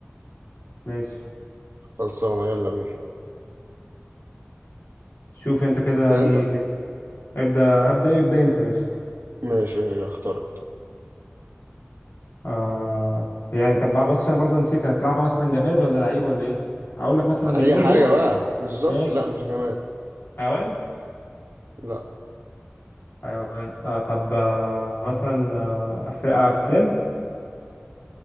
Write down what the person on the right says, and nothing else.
خلصانه يلا بينا
تبدا
انت
ماشي اخترت
ما
اي حاجه
بقى بالظبط
لا مش جماد
لا